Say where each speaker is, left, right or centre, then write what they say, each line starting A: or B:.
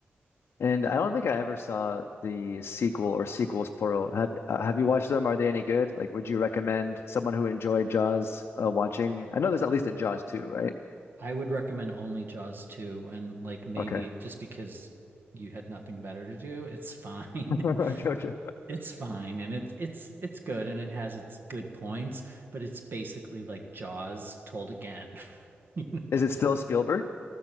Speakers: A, on the left; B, on the right.
A: And I don't think I ever saw the sequel or sequels plural. Have uh, have you watched them? Are they any good? Like, would you recommend someone who enjoyed Jaws uh, watching? I know there's at least a Jaws 2, right?
B: I would recommend only Jaws 2 and like maybe
A: Okay. <laughs>
B: just because you had nothing better to do, it's fine.
A: Okay,
B: <laughs>
A: okay.
B: It's fine and it's it's it's good and it has its good points, but it's basically like Jaws told again. <laughs> You know?
A: Is it still Spielberg?